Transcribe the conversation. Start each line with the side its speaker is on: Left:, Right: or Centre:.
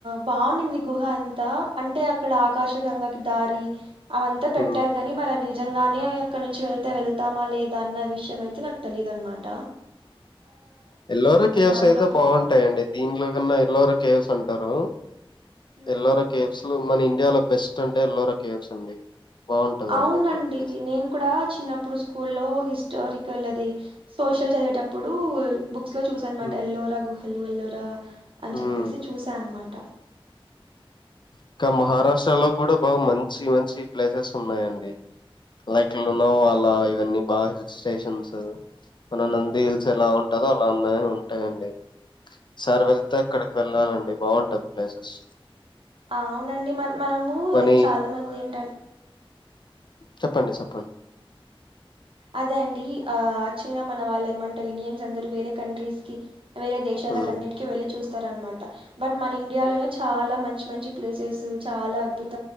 Right: బాగున్నింది గుహ అంతా అంటే అక్కడ ఆకాశగంగకి దారి అవంతా పెట్టారుగాని
Left: హ్మ్
Right: మరి అవి నిజంగానే అక్కడ నుంచి వెళ్తే వెళ్త స్తామా లేదా అన్న విషయం అయితే నాకు తెలీదు అనమాట
Left: ఎల్లోర కేవ్స్
Right: దాంట్లో
Left: అయితే బాగుంటాయండి దీంట్లో కన్నా ఎల్లోర కేవ్స్ అంటా ారు
Right: ఊహు
Left: ఎల్లోరా కేవ్స్ లో మన ఇండియాలో బెస్ట్ అంటే ఎల్లోరా కేవ్స్ అండి బాగుంటదండి
Right: అవునండి
Left: ఇక్కడ ప్లేస్
Right: నేను కూడా చిన్నప్పుడు స్కూల్లో హిస్ట హస్టారికల్ అది సోషల్ చదివేటప్పుడు బుక్స్ లో చూసా అనమాట
Left: హ్మ్
Right: ఎల్లోరఘు వల్లోరా అని
Left: హ్మ్
Right: చెప్పేసి చూసా అనమాట
Left: ఇకా మహారాష్ట్రలో
Right: హ్మ్.
Left: కూడా బాగా మంచి మంచి ప్లేసెస్ ఉన్నాయండి లైక్కలు ఉన్నావు అలా ఇవన్నీ బాగా స్టేషన్స్ మన నంది హిల్స్ ఎలా ఉంటందో అలా ఉన్నాయి ఉంటాయండి సార్ వెళ్తే అక్కడికి వెళ్ళాలండి బాగుంటంది ప్లేసెస్
Right: అవునండి మన మనముక్
Left: మనీ
Right: చాలా మంది ఏంట
Left: చెప్పండి చెప్ప
Right: అదే అండి యాక్చువల్గా మన వాళ్ళు ఏమంటారు ఇూనియన్స్ అందరూ వేరే కంట్రీస్కి వేరే దేశాలకు
Left: మ్మ్
Right: అన్నింటిక వెళ్ళి చూస్తార అనమాట బట్ మన ఇండియాలోనే చాలా మంచి మంచి మంచి ప్లేసెస్ చాలా అద్భుత